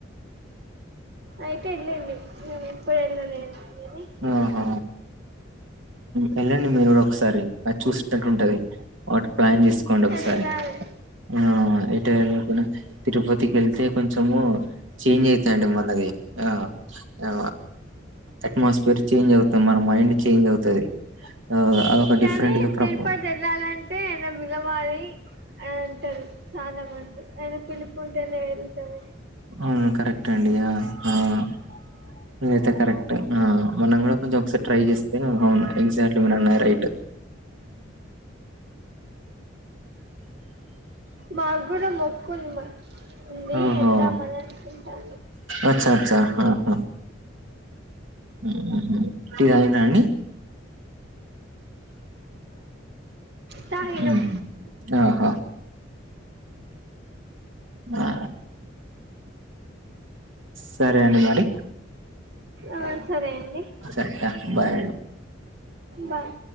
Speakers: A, on the right; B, on the right.
A: అయితే వెళ్ళింది ఎప్పుడు వెళ్ళలేదు అని
B: ఆహా వెళ్ళండి మీరు కూడా ఒకసారి అది చూసినట్టు ఉంటది వాటి ప్లాన్ చేసుకోండి ఒకసారి
A: వెళ్ళాలి
B: ఆ ఇటు వెళ్లిన కూడా తిరుపతికి ఎళ్తే కొంచము చేంజ్ అయితాదండి మనది ఆ ఆ అట్మాస్పియర్ చేంజ్ అవుతుంది మన మైండ్ చేంజ్ అవుతది ఆ అదొక
A: కానీ
B: డిఫరెంట్ గా ప్రాబ్లం
A: తిరుపతి ఎళ్ళాలం టే ఆయన పిలవాలి అంటారు చాలా మంది ఆయన పిలు టు ఉంటేనే వెళ్తాము
B: అవును కరెక్టే అండి యా అవును ఏదైతే కరెక్ట్ ఆ మనం కూడా కొంచెం ఒకసారి ట్రై చేస్తే అవును ఎగ్జాక్ట్లీ మేడం నా రైట్
A: మాగ్గునా మొక్కుంది ఉంది
B: ఓహో
A: వెళ్దామని అనుకుంటానం
B: అచ్చా అచ్చా ఆ ఆ మ్మ్ఉహ్మ్ టీ తాగిళ్ళాండి
A: ఆ తాగినం
B: మ్మ్ఉహ్మ్ ఆహా ఆ సరే అండి మరి
A: ఆ సరే అండి
B: సరే బాయ్ అండి
A: బాయ్